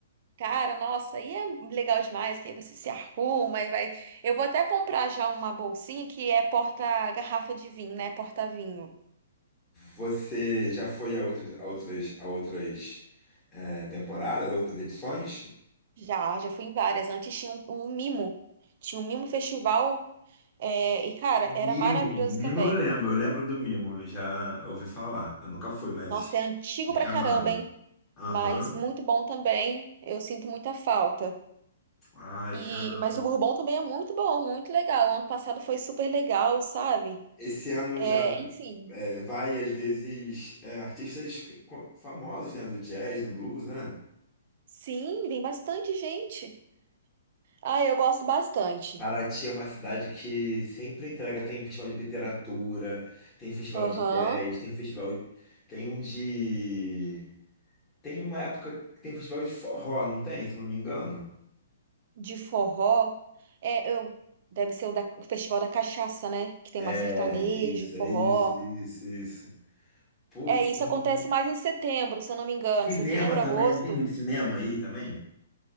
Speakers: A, on the right; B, on the left.
A: Cara, nossa, aí é legal demais, que aí você se arruma e vai. Eu vou até comprar já uma bolsinha que é porta-garrafa de vinho, né? Porta-vinho.
B: Você já foi a outras, a outras, a outras eh, temporadas, outras edições?
A: Já, já fui em várias. Antes tinha um, um mimo. Tinha um mimo festival. é, e, cara,
B: O Mimo,
A: era maravilhoso
B: o Mimo
A: também.
B: eu lembro, eu lembro do Mimo, eu já ouvi falar. Eu nunca fui, mas
A: Nossa, é antigo
B: me
A: pra
B: chamaram.
A: caramba, hein?
B: Aham.
A: Mas muito bom também. Eu sinto muita falta.
B: Ai,
A: E,
B: caramba.
A: mas o Bourbon também é muito bom, muito legal. Ano passado foi super legal, sabe?
B: Esse ano
A: É,
B: já
A: enfim.
B: eh, vai, às vezes, eh, artistas co- famosos, né? Do jazz, do blues, né?
A: Sim, vem bastante gente. Ah, eu gosto bastante.
B: Paraty é uma cidade que sempre entrega, tem festival de literatura, tem festival
A: Aham.
B: de jazz, tem festival, tem um de, tem uma época que tem festival de forró, não tem, se eu não me engano?
A: De forró. É, eu deve ser o, da- o Festival da Cachaça, né? Que tem
B: É,
A: mais sertanejo,
B: é isso,
A: forró.
B: é isso, isso, isso. Putz,
A: É, isso
B: tem
A: acontece mais em setembro, se eu não me engano.
B: cinema
A: Setembro,
B: também,
A: agosto.
B: não tem muito cinema aí também?